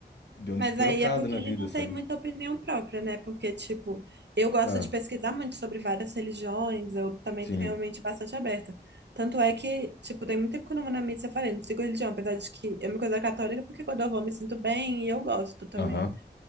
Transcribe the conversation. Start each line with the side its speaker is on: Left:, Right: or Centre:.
Left: deu uma
Right: Mas
Left: despirocada
Right: aí é porque
Left: na
Right: ele
Left: vida,
Right: não
Left: sabe?
Right: tem muita opinião própria, né? Porque, tipo, eu gosto
Left: Ah,
Right: de pesquisar muito sobre várias religiões, eu também
Left: sim.
Right: tenho a mente bastante aberta. Tanto é que, tipo, tem muito tempo que eu não vou na missa, eu falei, não sigo religião, apesar de que eu me considero católica, porque quando eu vou eu me sinto bem e eu gosto também.
Left: Aham.